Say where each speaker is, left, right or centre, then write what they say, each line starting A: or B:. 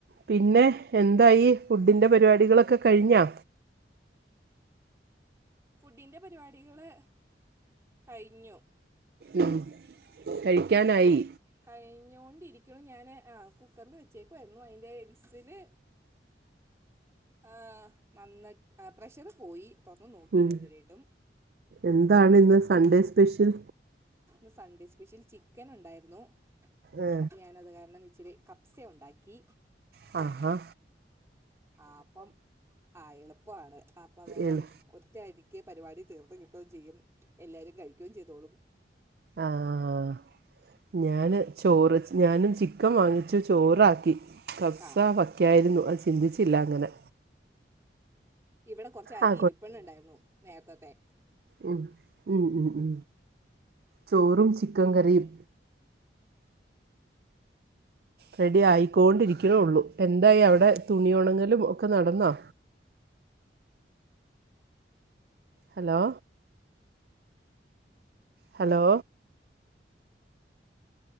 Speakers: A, on the right (about 55°); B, on the right (about 15°).
A: പിന്നെ എന്തായി ഫുഡിൻ്റെ പരിപാടികളൊക്കെ കഴിഞ്ഞോ.
B: ഫുഡിൻ്റെ പരിപാടികള് കഴിഞ്ഞു.
A: ഉം കഴിക്കാനായി.
B: കഴിഞ്ഞോണ്ടിരിക്ക്ണു ഞാൻ ആഹ് കുക്കറിൽ വെച്ചേക്കു ആയിരുന്നു അതിൻ്റെ വിസില്. ആഹ് വന്നിട്ട് പ്രഷറ് പോയി തുറന്ന് നോക്കിയില്ല
A: ഉം
B: ഇതുവരെ ആയിട്ടും.
A: എന്താണ് ഇന്ന് സൺഡേ സ്പെഷ്യൽ
B: ഇ സൺഡേ സ്പെഷ്യൽ ചിക്കൻ ഉണ്ടായിരുന്നു
A: ഏ,
B: അപ്പൊ ഞാന അത് കാരണം ഇച്ചിരി കപ്പ സേ ഉണ്ടാക്കി
A: ഹാഹാ
B: ആപ്പം ആ എളുപ്പാണ് അപ്പം അതാരണം
A: എളു
B: ഒറ്റായിരിക്കും ക്കെ പരിപാടി തീർത്ത് കിട്ടുകയും ചെയ്യും എല്ലാവരും കഴിക്കുകയും ചെയ്തോളും
A: ആഹ ഞാൻ ചോറ് ഞാനും ചിക്കൻ വാങ്ങിച്ചു ചോറാക്കി കഫ്സ
B: ആ
A: വക്കായിരുന്നു അത് ചിന്തിച്ചില്ല അങ്ങനെ
B: ഇവിടെ കൊറച്ച അരി
A: ആ
B: ഇരിപ്പെണ്ണ ണ്ടായിരുന്നു നേരത്തെത്തെ
A: ഉ ഉ ഉ ഉ ചോറും ചിക്കൻ കറിയും റെഡി ആയിക്കൊണ്ടിരിക്ണോള്ളൂ എന്തായി അവിടെ തുണിയുണക്കൽ ഒക്കെ നടന്നോ ഹലോ ഹലോ